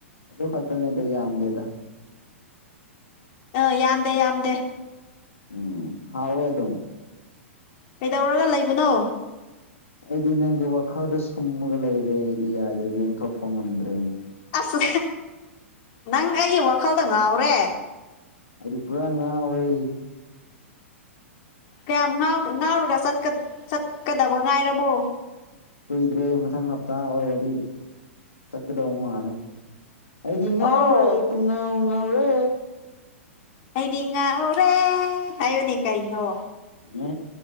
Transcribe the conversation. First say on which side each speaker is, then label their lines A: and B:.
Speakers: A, on the left; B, on the left.
A: ꯑꯗꯨ ꯈꯛꯇꯅꯦꯗ ꯌꯥꯝꯗꯦꯗ
B: ꯑꯥ ꯌꯥꯝꯗꯦ ꯌꯥꯝꯗꯦ
A: ꯎꯝ ꯍꯥꯎꯋꯦ ꯑꯗꯨꯝ
B: ꯀꯩꯗꯧꯔꯒ ꯂꯩꯕꯅꯣ
A: ꯑꯩꯗꯤ ꯅꯪꯒꯤ ꯋꯥꯈꯥꯜꯗ ꯁꯨꯝꯃꯒ ꯂꯩꯔꯦ ꯑꯩꯗꯤ ꯌꯥꯗ꯭ꯔꯦ ꯂꯦꯡꯊꯣꯛꯄ ꯉꯝꯗ꯭ꯔꯦ
B: ꯑꯁ ꯅꯪ ꯑꯩꯒꯤ ꯋꯥꯈꯜꯗ ꯉꯥꯎꯔꯦ
A: ꯑꯩꯗꯤ ꯄꯨꯔꯥ ꯉꯥꯎꯔꯦ
B: ꯀꯌꯥꯝ ꯉꯥꯎ ꯉꯥꯎꯔꯒ ꯆꯠꯀꯥ ꯆꯠꯀꯗꯕ ꯉꯥꯏꯔꯕꯣ
A: ꯀꯨꯏꯗ꯭ꯔꯦ ꯃꯊꯪ ꯍꯞꯇꯥ ꯑꯣꯏꯔꯗꯤ ꯆꯠꯀꯗꯧ ꯃꯥꯜꯂꯦ ꯑꯩꯗꯤ ꯉꯥꯎꯔꯦ
B: ꯑꯣ
A: ꯄꯨꯡ ꯉꯥꯎ ꯉꯥꯎꯔꯦ
B: ꯑꯩꯗꯤ ꯉꯥꯎꯔꯦ ꯍꯥꯏꯌꯨꯅꯦ ꯀꯩꯅꯣ
A: ꯑ